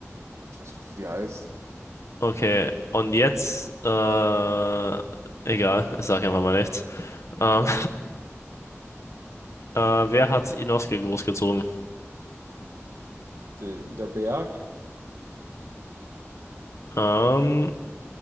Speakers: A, on the right (about 75°); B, on the left (about 75°).
A: Ich weiß nicht, wie die heißt.
B: Okay. Und jetzt, äh, egal, ich sage einfach mal nichts. Ähm,
A: Ja.
B: <laughs> äh, wer hat Inosuke großgezogen?
A: De, der Berg?
B: Ähm,